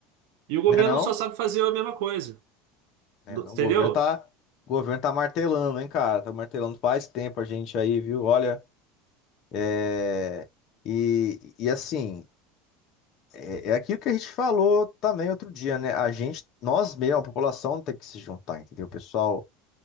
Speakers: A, on the right (about 75°); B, on the left (about 45°).
A: E o governo
B: né não?
A: só sabe fazer a mesma coisa.
B: Né
A: No-
B: não,
A: Entendeu?
B: o governo tá, o governo tá martelando, hein, cara? Tá martelando faz tempo a gente aí, viu? Olha. É, E, e assim, é, é aquilo que a gente falou também outro dia, né? A gente, nós mesmos, a população tem que se juntar, entendeu? O pessoal